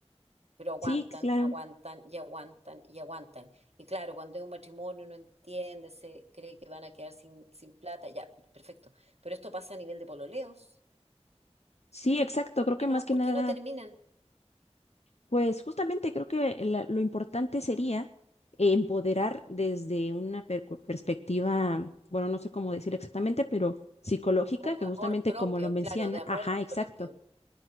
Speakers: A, on the right; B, on the left.
A: Pero aguantan,
B: Sí, claro.
A: aguantan y aguantan y aguantan. Y claro, cuando hay un matrimonio no entiende, se cree que van a quedar sin, sin plata, ya, perfecto. Pero esto pasa a nivel de pololeos.
B: Sí, exacto.
A: ¿Por
B: Creo que
A: qué
B: más
A: no,
B: que
A: por
B: nada,
A: qué no terminan?
B: pues justamente creo que la- lo importante sería empoderar desde una per- perspectiva, bueno, no sé cómo decir exactamente, pero psicológica,
A: Como
B: que
A: de
B: justamente
A: amor propio,
B: como lo menciona,
A: claro, de amor
B: ajá, exacto
A: propio.